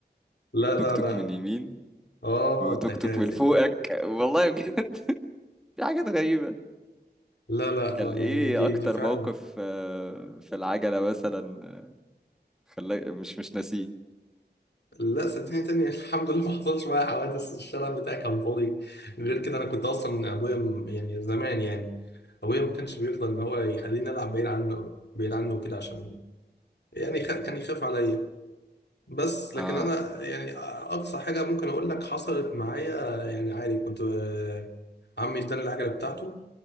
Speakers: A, on the left; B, in the centre.
A: لا لا
B: توك توك
A: انا
B: من يمين
A: اه
B: وتوك
A: التكاتك
B: توك من فوقك والله بجد <laughs> في حاجات غريبة
A: لا لا
B: كان
A: اه
B: ايه
A: يعني دي
B: اكتر
A: دي فعلا
B: موقف آه، في العجلة مثلا خلاك مش مش ناسيه
A: لا صدقني تاني <laughs> الحمد لله ما حصلش معايا حوادث الشارع بتاعي كان فاضي غير كده انا كنت اصلا ابويا م- يعني زمان يعني ابويا ما كانش بيرضى ان هو يخليني العب بعيد عنه بعيد عنه وكده عشان يعني خ... كان يخاف عليا بس لكن
B: اه
A: انا يعني اقصى حاجه ممكن اقول لك حصلت معايا يعني عادي كنت آه، عمي اداني العجله بتاعته